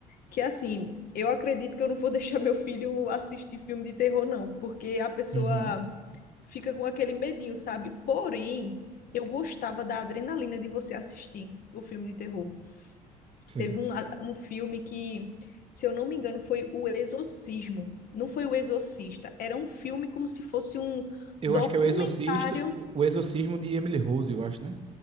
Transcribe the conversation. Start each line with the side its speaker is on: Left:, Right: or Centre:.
Left: que assim, eu acredito que eu não vou <laughs> deixar meu filho assistir filme de terror, não, porque a pessoa
Right: Uhum,
Left: fica com aquele medinho, sabe? Porém, eu gostava da adrenalina de você assistir o filme de terror.
Right: sei.
Left: Teve um, a- um filme que, se eu não me engano, foi O Exorcismo. Não foi O Exorcista, era um filme como se fosse um
Right: Eu
Left: documentário.
Right: acho que é o Exorcisto, o Exorcismo de Emily Rose, eu acho, né?